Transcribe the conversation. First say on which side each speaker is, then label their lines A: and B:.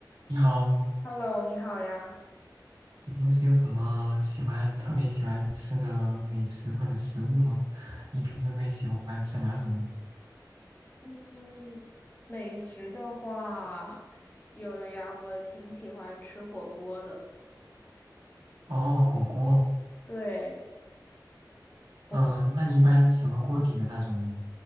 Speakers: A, on the right; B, on the left.
A: 你好，
B: Hello，你好呀。
A: 你平时有什么喜欢特别喜欢吃的美食或者食物吗？你平时会喜欢吃哪种呢？
B: 嗯，美食的话，有的呀，我挺喜欢吃火锅的。
A: 哦，火锅。
B: 对，火锅，
A: 嗯、那你一般什么锅底的那种呢？